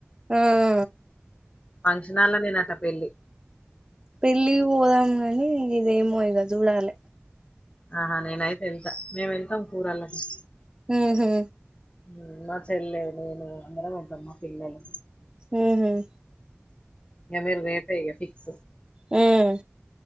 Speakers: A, on the right (about 20°); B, on the left (about 25°).
A: ఆ
B: ఫంక్షనాలో నేనట పెళ్ళి
A: పెళ్ళకి పోదాం గానీ ఇదేమో ఇగ జూడాల
B: ఆహా నేనయితే వెళ్తా మేము వెళ్తాం కూరళ్ళకి
A: హూ హమ్
B: ఉం మా చెల్లె నేను అందరం పోతాం మా పిల్లలు
A: హూ హమ్
B: ఇగ మీరు రేపే ఇగ ఫిక్స్
A: ఉమ్